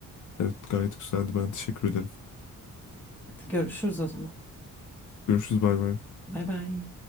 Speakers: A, on the left; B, in the centre.
A: Evet gayet güzeldi. Ben teşekkür ederim.
B: Hadi görüşürüz o zaman.
A: Görüşürüz bay bay.
B: Bay bay.